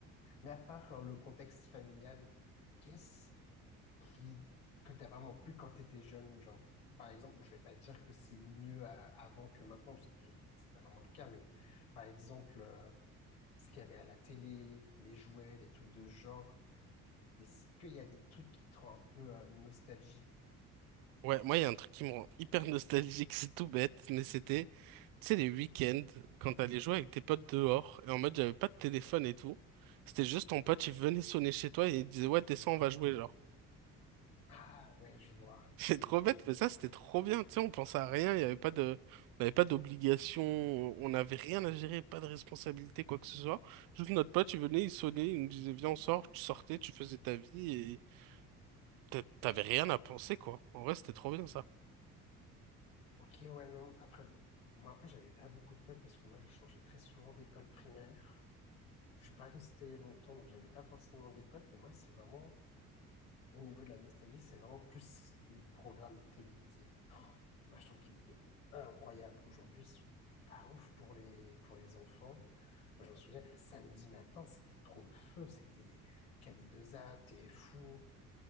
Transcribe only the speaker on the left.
Mais à part euh, le contexte familial, qu'est-ce qui... que t'as vraiment plu quand t'étais jeune, genre? Par exemple, je vais pas dire que c'est mieux à- avant que maintenant, parce que c'est pas vraiment le cas, mais par exemple, euh, ce qu'il y avait à la télé, les jouets, les trucs de ce genre, est-ce qu'il y a des trucs qui te rendent un peu euh, nostalgie?
Ah, ouais, je vois.
Ok, ouais, non. Après, moi, après, j'avais pas beaucoup de potes parce que moi, je changeais très souvent d'école primaire. Je suis pas resté longtemps, donc j'avais pas forcément des potes. Mais moi, c'est vraiment, au niveau de la nostalgie, c'est vraiment plus les programmes télévisés. Oh, moi, je trouve qu'ils étaient incroyables. Aujourd'hui, ils sont pas ouf pour les, pour les enfants. Moi, je me souviens que le samedi matin, c'était trop le feu. C'était kd deux a TFO.